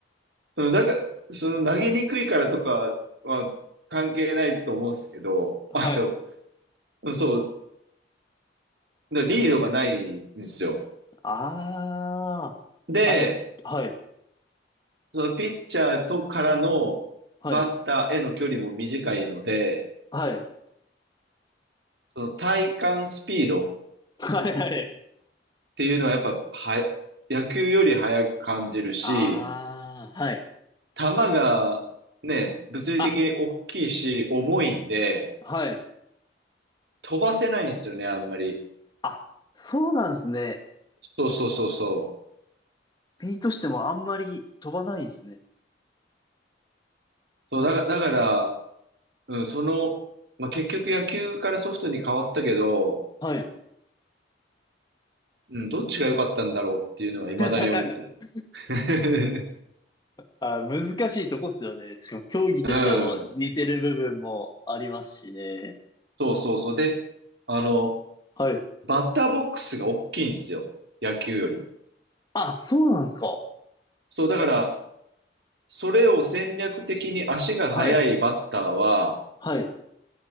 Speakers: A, on the right; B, on the left.
A: うん、なんか、その投げにくいからとかは関係ないと思うんですけど、
B: はい。
A: あの、そう、だからリードがないんですよ。
B: ああ。
A: で、
B: あ、じゃ、はい。
A: そのピッチャーとからのバッターへの距離も短いので、
B: はい。はい。
A: その体感スピードっ
B: はいはい。
A: ていうのはやっぱは、野球より速く感じるし、
B: ああ、はい。
A: 球がね、物理的に大きいし、
B: あ、
A: 重いんで、
B: はい。
A: 飛ばせないんですよね、あんまり。
B: あ、そうなんですね。
A: そうそうそうそう。
B: 身としてもあんまり飛ばないですね。
A: そうだ、だから、うん、その、まあ、結局野球からソフトに変わったけど、
B: はい。
A: うん、どっちが良かったんだろうっていうのは未だに思ってる。
B: <laughs> あ、難しいとこっすよね。しかも競技としても似てる部分もありますしね。
A: <laughs> うん。そうそうそう。で、あの、
B: はい。
A: バッターボックスが大きいんですよ。野球より。
B: あ、そうなんですか。
A: そう、だから、それを戦略的に足が速いバッターは、
B: はい。はい。